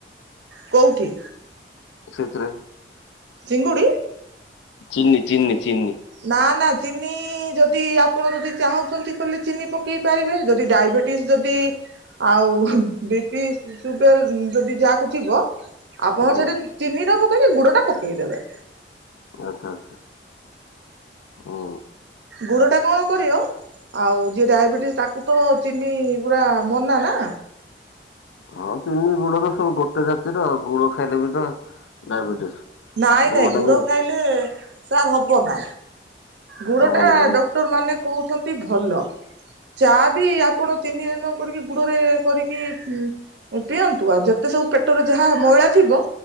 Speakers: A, on the right; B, on the left.
A: କୋଉଠି?
B: ସେଥିରେ।
A: ଚିଙ୍ଗୁଡ଼ି?
B: ଚିନି ଚିନି। ଚିନି
A: ନା ନା ଚିନି ଯଦି ଆପଣ ଯଦି ଚାହୁଁଛନ୍ତି କହିଲେ ଚିନି ପକେଇ ପାରିବେ ଯଦି ଡାଇବେଟିସ୍ ଯଦି ଆଉ ବିପି ସୁୁଗାର୍ ଯଦି ଯାହାକୁ ଥିବ ଆପଣ
B: ହୁଁ
A: ସେଠି ଚିନି ନ ପକେଇକି ଗୁଡ଼ ଟା ପକେଇ ଦେବେ।
B: ଆଚ୍ଛା ଆଚ୍ଛା ହ
A: ଗୁଡ଼ ଟା କଣ କରିବ? ଆଉ ଯିଏ ଡାଇବେଟିସ୍ ତାକୁ ତ ଚିନି ପୁରା ମନା ନା।
B: ହଁ ଚିନି ଗୁଡ଼ ତ ସବୁ ଗୋଟେ ଜାତିର ଆଉ ଗୁଡ଼ ଖାଇଲେ ବି ତ ଡାଇବେଟିସ୍
A: ନାଇଁ
B: ଗୁଡ଼
A: ନାଇଁ
B: ଟାକୁ
A: ଗୁଡ ଖାଇଲେ ସାର୍ ହବ ନା। ଗୁଡ଼
B: ହବନି
A: ଟା ଡକ୍ଟର ମାନେ କହୁଛନ୍ତି ଭଲ। ଚା ବି ଆପଣ ଚିନି ନ କରିକି ଗୁଡ଼ରେ କରିକି ପିଅନ୍ତୁ ଆଉ ଯେତେ ସବୁ ପେଟରେ ଯାହା ମଇଳା ଥିବ